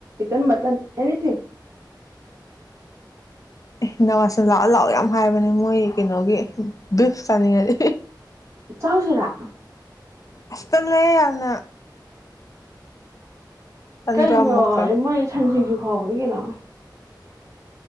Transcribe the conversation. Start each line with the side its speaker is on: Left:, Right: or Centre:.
Right: ꯆꯤꯟ ꯃꯇꯟ ꯑꯦꯅꯤꯊ
Left: ꯑꯦ ꯅꯋꯥꯖꯟ ꯂꯥꯛꯑꯣ ꯂꯥꯛꯑꯣ ꯌꯥꯝ ꯍꯥꯏꯕꯅꯦ ꯃꯣꯏ ꯀꯩꯅꯣꯒꯤ ꯕꯤꯐ ꯆꯥꯅꯤꯡꯉꯗꯤ
Right: ꯆꯥꯎꯥꯛꯁꯤꯔꯥ
Left: ꯑꯁ ꯇꯜꯂꯦꯍꯦ ꯌꯥꯝꯅ ꯇꯟꯗ꯭ꯔꯥ
Right: ꯀꯩꯩꯅꯣ
Left: ꯑꯃꯨꯛꯀ
Right: ꯃꯣꯏ ꯁꯟ ꯁꯤꯡꯖꯨ ꯐꯥꯎꯕꯅꯤ ꯀꯩꯅꯣ